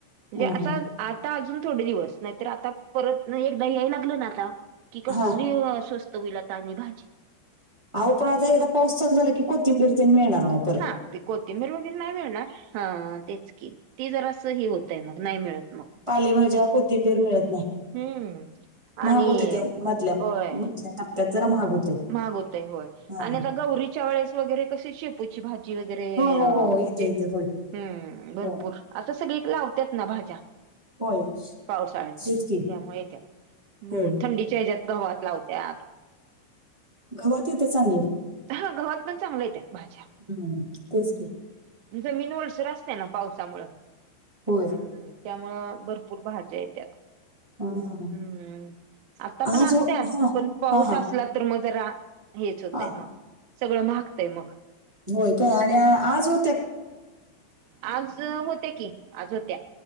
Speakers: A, on the right; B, on the right.
A: म्हणजे
B: ह
A: आता
B: ह
A: आता अजून थोडे दिवस नाहीतर आता परतन एकदा याय लागलं न आता, कि कसली
B: हा
A: स्व त होईल आता आणि भाजी.
B: आहो पण आता एकदा पाऊस चालू झाल की कोथिंबीर तेन मिळणार नाहीत.
A: हा, ते कोथिंबीर वगैरे नाही मिळणार, हा तेच. कि, ती जरास हे होतय म नाही मिळत म.
B: पालेभाज्या कोथिंबीर मिळत नाही.
A: हम्म.
B: महाग
A: आणि
B: होत्याता ओ मधल्या,
A: होय.
B: मधल्या टप्प्यात जरा महाग होतय.
A: महाग होतय होय,
B: हा
A: आणि आता गौरीच्या वेळेस वगैरे कशी शेपूची भा जी वगैरे
B: हो
A: म्हणजे,
B: हो हो येतय येतय होय
A: हम्म भरपूर
B: हो
A: आता सगळी लावत्यात ना भाज्या.
B: होय
A: पावसाळ्यात
B: तेच
A: ही,
B: की
A: त्यामुळे त्या, हम्म
B: होय
A: थंडी च्या हेज्यात घावात लावत्यात.
B: गव्हात येतय चांगलं.
A: हा गव्हात पण चांगल्या येत्या भाज्या
B: हम्म तेच की.
A: जमीन ओलसर असत्या ना पावसामुळ.
B: होय.
A: हम्म त्यामुळं भरपूर भाज्या येत्यात.
B: हा
A: हम्म
B: हा
A: आता
B: आज
A: पण असत्यात
B: हो हा
A: पण पाऊस
B: हा हा
A: असला तर मग जरा हेच होतय
B: हा
A: मग
B: हा
A: सगळं माहगतय मग
B: होय काय आणि आज हो
A: आज होत्या की आज होत्या